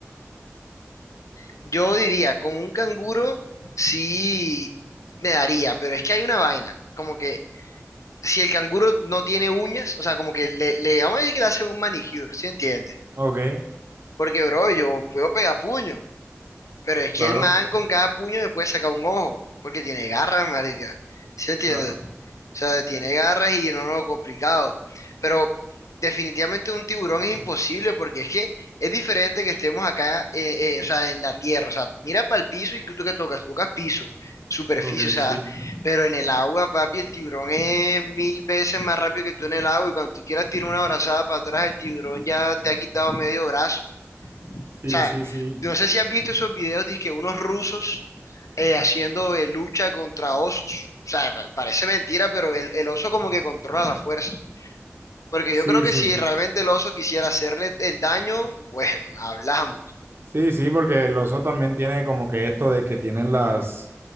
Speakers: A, on the left; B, on the right.
A: Yo diría, con un canguro sí me daría, pero es que hay una vaina, como que si el canguro no tiene uñas, o sea, como que le, le vamos a decir que le hacen un manicure, ¿sí entiendes?
B: Ok,
A: Porque, bro, yo puedo pegar puño, pero es que
B: claro,
A: el man con cada puño me puede sacar un ojo, porque tiene garras, marica. ¿Sí entiendes?
B: claro.
A: O sea, tiene garras y no, no, complicado. Pero definitivamente un tiburón es imposible porque es que es diferente que estemos acá, eh, eh, o sea, en la tierra. O sea, mira para el piso y tú que tocas, tocas piso, superficie,
B: Ok,
A: o sea,
B: sí,
A: pero en el agua, papi, el tiburón es mil veces más rápido que tú en el agua y cuando tú quieras tirar una brazada para atrás, el tiburón ya te ha quitado medio brazo. O
B: sí,
A: sea,
B: sí, sí.
A: no sé si has visto esos videos de que unos rusos eh, haciendo eh, lucha contra osos. O sea, pa- parece mentira, pero el, el oso como que controla la fuerza. Porque
B: Sí,
A: yo creo que
B: sí.
A: si realmente el oso quisiera hacerle el daño, bueno, <laughs> hablamos.
B: Sí, sí, porque el oso también tiene como que esto de que tienen las,